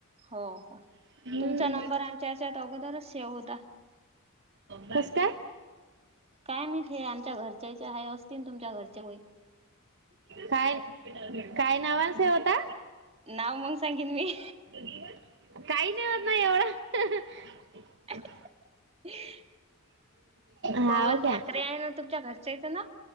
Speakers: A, on the right; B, on the right.
A: हो,
B: हम्म
A: तुमचा नंबर आमच्या याच्यात अगोदरच सेव्ह होता.
B: कसकाय?
A: काय माहित हे आमच्या घरच्याचे आहे असतील तुमच्या घरचे
B: काय काय नावाने सेव होता?
A: नाव मग सांगेन मी
B: काही नाही होत ना एवढ
A: <inaudible>
B: हाव
A: पवन
B: काय
A: ठाकरे आहे ना तुमच्या घरच्याचं नाव?